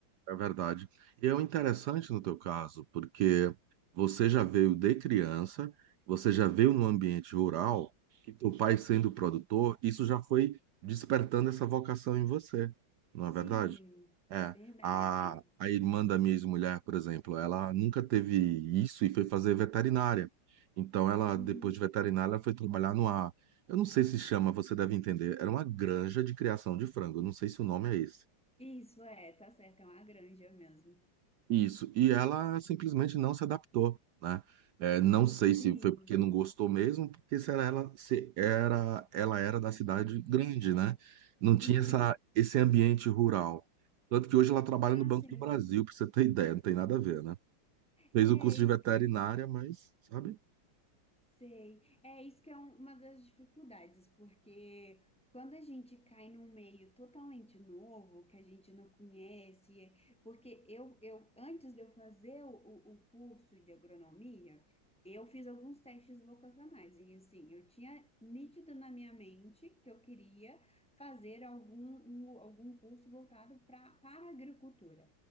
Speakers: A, on the right; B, in the centre.
A: É verdade. E é o interessante no teu caso, porque você já veio de criança, você já veio num ambiente rural, e teu pai sendo produtor, isso já foi despertando essa vocação em você, não é
B: Sim,
A: verdade? É.
B: verdade.
A: A, a irmã da minha ex-mulher, por exemplo, ela nunca teve isso e foi fazer veterinária. Então, ela,
B: Uhum.
A: depois de veterinária, ela foi trabalhar numa. Eu não sei se chama, você deve entender. Era uma granja de criação de frango. Eu não sei se o nome é esse.
B: Isso é, tá certo, é uma granja mesmo.
A: Isso, e ela simplesmente não se adaptou, né? É, não sei
B: Sim.
A: se foi porque não gostou mesmo, porque se era ela, se era, ela era da cidade grande, né? Não tinha
B: Uhum.
A: essa, esse ambiente rural. Tanto que hoje ela trabalha
B: Ah,
A: no Banco
B: sim.
A: do Brasil, para você ter ideia, não tem nada a ver, né? Fez
B: É,
A: o curso
B: isso
A: de veterinária, mas, sabe?
B: Sei. É isso que é um- uma das dificuldades, porque quando a gente cai num meio totalmente novo, que a gente não conhece, é- porque eu, eu antes de eu fazer o, o o curso de agronomia, eu fiz alguns testes vocacionais, e assim, eu tinha nítido na minha mente que eu queria fazer algum, um- algum curso voltado pra, para a agricultura.